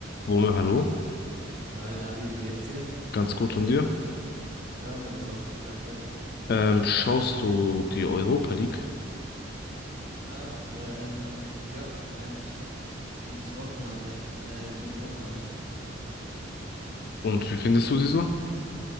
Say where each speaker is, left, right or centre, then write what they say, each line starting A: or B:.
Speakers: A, on the left; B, on the right.
A: Wome, hallo,
B: Hi Labi, wie geht's dir?
A: ganz gut von dir.
B: Ja, mir geht's auch gut, danke.
A: Ähm, schaust du die Europa League
B: Ja, wir, ähm, ja, eigentlich jedes Wochenende, äh, jede Woche meine ich.
A: und wie findest du sie so?